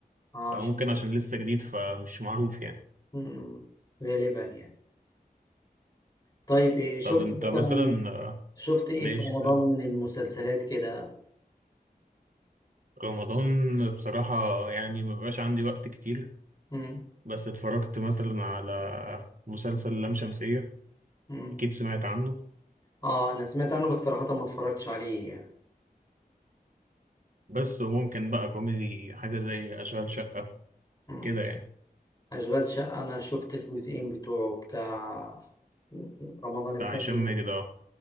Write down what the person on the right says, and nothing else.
فممكن عشان لسه جديد فمش معروف يعني
طب انت
مثلا آه،
ماشي
رمضان بصراحة يعني مبقاش عندي وقت كتير
بس اتفرجت مثلا على مسلسل لام شمسية
أكيد سمعت عنه
بس وممكن بقى كوميدي حاجة زي أشغال شقة
كده يعني
بتاع هشام
ماجد اه